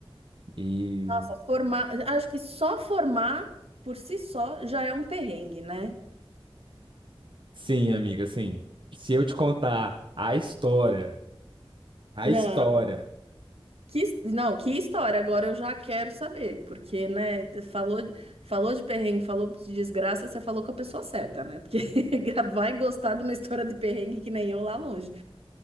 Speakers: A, on the right; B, on the right.
A: E
B: Nossa, formar, acho que só formar por si só já é um perrengue, né?
A: sim, amiga, sim. Se eu te contar a história, a
B: Não,
A: história.
B: que, his- não, que história, agora eu já quero saber, porque, né, te- falou, falou de perrengue, falou de desgraça, você falou com a pessoa certa, né? Porque <laughs> já vai gostar de uma história de perrengue que nem eu lá longe.